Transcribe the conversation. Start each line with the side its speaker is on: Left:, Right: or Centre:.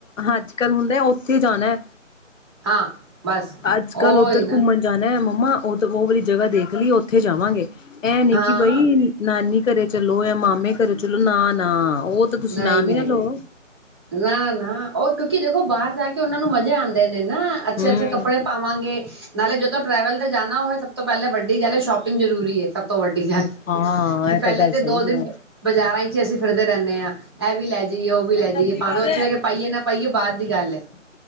Left: ਅੱਜ ਕੱਲ ਹੁੰਦਾ ਕਿੱਥੇ ਜਾਣਾ ਹੈ
Right: ਹਾਂ ਬਸ
Left: ਅੱਜ
Right: ਉਹੀ
Left: ਕੱਲ੍ਹ ਉੱਧਰ
Right: ਨਾ
Left: ਘੁੰਮਣ ਜਾਣਾ ਹੈ ਮੰਮਾ ਉਦ ਉਹ ਵਾਰੀ ਜਗ੍ਹਾ ਦੇਖ ਲਈ ਉੱਥੇ ਜਾਵਾਂਗੇ ਇਹ ਨੀ
Right: ਹਾਂ
Left: ਕਿ ਬਈ ਨਾਨੀ ਘਰੇ ਚ ਚਲੋ ਇਹ ਮਾਮੇ ਕਰੋ ਚਲੋ ਨਾ ਨਾ ਉਹ ਤਾਂ ਤੁਸੀਂ
Right: ਨਹੀਂ
Left: ਨਾਮ
Right: ਨਹੀਂ
Left: ਹੀ ਨਾ ਲਓ
Right: ਨਹੀਂ ਨਾ ਨਾ ਉਹ ਇੱਕ ਕਿ ਦੇਖੋ ਬਾਹਰ ਜਾ ਕੇ ਉਹਨਾ ਨੂੰ ਮਜ਼ੇ ਆਉਂਦੇ ਨੇ ਨਾ ਅੱਛੇ
Left: ਹੂੰ
Right: ਅੱਛੇ ਕੱਪੜੇ ਪਾਵਾਂਗੇ ਨਾਲੇ ਜਦੋਂ ਟਰੈਵਲ ਜਾਣਾ ਹੋਵੇ ਸਭ ਤੋਂ ਪਹਿਲਾਂ ਵੱਡੀ ਗੱਲ ਹੈ ਸ਼ੋਪਿੰਗ ਜਰੂਰੀ ਹੈ ਸਭ ਤੋਂ ਵੱਡੀ ਗੱਲ
Left: ਹਾਂ
Right: ਕਿ
Left: ਇਹ
Right: ਪਹਿਲੇ
Left: ਤਾਂ ਗੱਲ
Right: ਤੇ
Left: ਸਹੀ
Right: ਦੋ ਦਿਨ
Left: ਹੈ
Right: ਬਾਜ਼ਾਰਾਂ ਚ ਅਸੀਂ ਖਿੜਦੇ ਰਹਿੰਦੇ ਹਾਂ ਇਹ ਵੀ ਲੈ ਜਾਈਏ ਉਹ ਵੀ ਲੈ ਜਾਈਏ
Left: ਆ
Right: ਭਾਵੇਂ
Left: ਕਰ
Right: ਉੱਥੇ ਜਾ ਕੇ ਪਾਈਏ ਨਾ ਪਾਈਏ ਬਾਅਦ ਦੀ ਗੱਲ ਹੈ